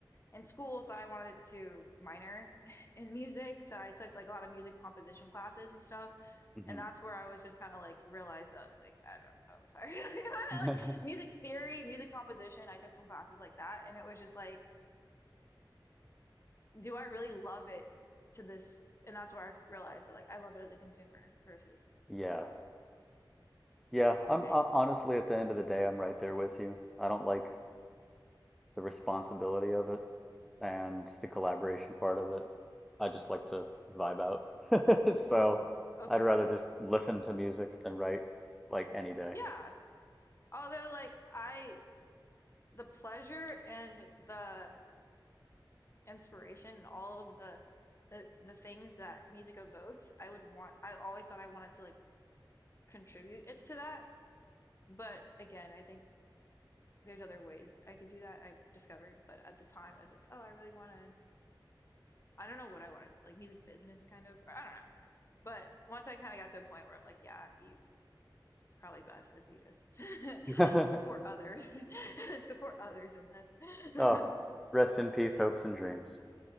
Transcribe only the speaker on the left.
in school thought I wanted to minor <laughs> in music, so I took like a lot of music composition classes and stuff.
And that's where I was just kind of like realized I was like, I don't know if I <laughs> really want
to like music theory, music composition. I took some classes like that, and it was just like, do I really love it to this? And that's where I realized that like I love it as a consumer versus
a
okay,
yeah. Although, like, I the pleasure and the inspiration and all of the the, the things that music evokes, I would want I always thought I wanted to like contribute it to that. But again, I think there's other ways I could do that. I discovered, but at the time I was like, oh, I really want to I don't know what I wanted, like music business kind of, or I don't know. But once I kind of got to a point where I'm like, yeah, you, it's probably best if you just <laughs>
support others, <laughs> support others in this.
<laughs>